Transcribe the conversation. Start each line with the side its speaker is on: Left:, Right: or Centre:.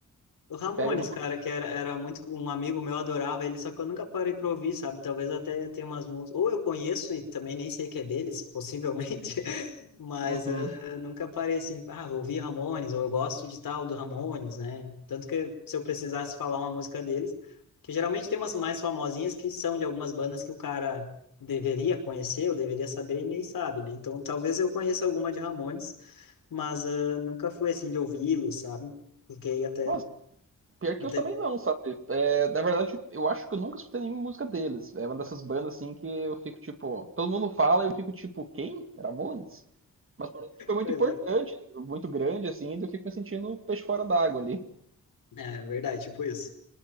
Left: o Ramones,
Right: que pega no. coração.
Left: cara, que era, era muito um amigo meu, adorava ele, só que eu nunca parei pra ouvir, sabe? Talvez até tenha umas músicas. Ou eu conheço e também nem sei que é deles, possivelmente, <laughs> mas
Right: Uhum.
Left: eh, nunca parei assim, ah, vou ouvir Ramones, ou eu gosto de tal do Ramones, né? Tanto que se eu precisasse falar uma música deles, que geralmente tem umas mais famosinhas que são de algumas bandas que o cara deveria conhecer, ou deveria saber e nem sabe, né? Então talvez eu conheça alguma de Ramones, mas eh, nunca fui assim de ouvi-lo, sabe? Fiquei até
Right: Mas, pior
Left: até,
Right: que eu também não, sabe? É, na verdade, eu acho que eu nunca escutei nenhuma música deles. É uma dessas bandas assim que eu fico tipo. Todo mundo fala e eu fico tipo, quem? Ramones? Mas parece que foi muito
Left: pois
Right: importante,
Left: é,
Right: muito grande, assim, e eu fico me sentindo um peixe fora d'água ali.
Left: é verdade, tipo isso.